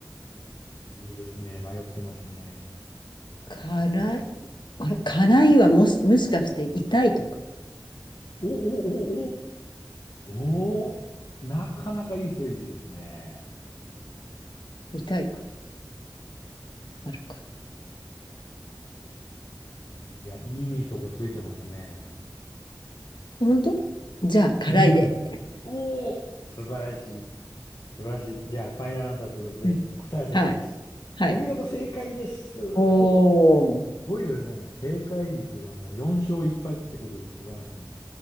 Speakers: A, on the left; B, on the left.
A: いいですね。迷ってますね。
B: 辛い、あれ、辛いはもし、もしかして痛いとか、
A: おおおおおーなかなかいい推理ですね。
B: 痛いか、あるか。
A: いや、いいとこついてますね。
B: 本当じゃあ、辛いで。
A: うん。
B: <laughs>
A: おお、素晴らしい。素晴らしい。じゃあ、ファイナルアンサーということで、
B: うん
A: 答え合わせします。
B: はい。はい。
A: お見事、正解です。す
B: おー、
A: ごいですね。正解率がもう4勝1敗ってことで素晴らしい。